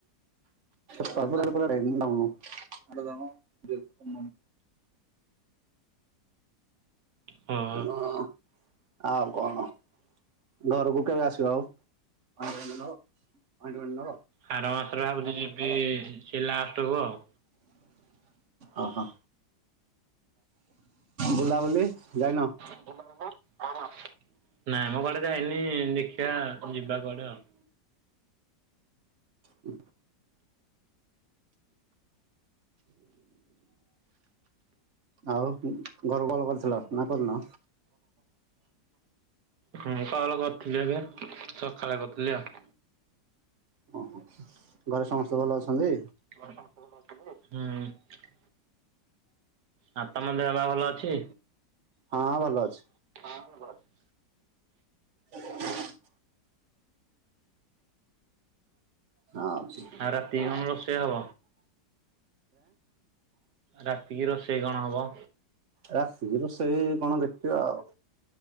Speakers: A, on the right; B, on the right.
A: ସେଲେ ପରୋଇଣ <unintelligible>
B: ହଁ
A: ଉଁ ଅଁ। ଆଉ କଣ ଘରକୁ କେବେ ଆସିବ ଆଉ। ଆଇଣ୍ଟୁ ଅନଳ।
B: ଆାର ମାସରେ ଭାବୁଛି ଯିବି ସେଇ ଲାଷ୍ଟକୁ ଆଉ।
A: ଅ ହଁ। ବୁଲା ବୁଲି ଯାଇନ।
B: କୌମାଣଙ୍କୁ। କୋଉଦିନ ନାଇଁ ମୋ କୁଆଡେ ଯାଇନି ଦେଖିବା ଯିବା କୁଆଡେ ଆଉ।
A: ହୁଁ। ଆଉ ଘର ଭଲ କରିଥିଲ ନା କରୁନ।
B: ହୁଁ କଲ କରିଥିଲି ଏବେ ସକାଳେ କରିଥିଲି ଆଉ।
A: ଘରେ ସମସ୍ତେ ଭଲ ଅଛନ୍ତି।
B: କଣ ସବୁ କହୁନ। ହୁଁ। ଆ ତମ ଦେହ ପା ଭଲ ଅଛି।
A: ହଁ ଭଲ ଅଛି।
B: ହଁ ଭଲ ଅଛି।
A: ହ <unintelligible> ହଁ ଅଛି।
B: ଆଉ ରାତିକି କଣ ରୋଷେଇ ହବ? ରାତିକି ରୋଷେଇ କଣ ହବ।
A: ରାତିିକି ରୋଷେଇ କଣ ଦେଖିବା ଆଉ।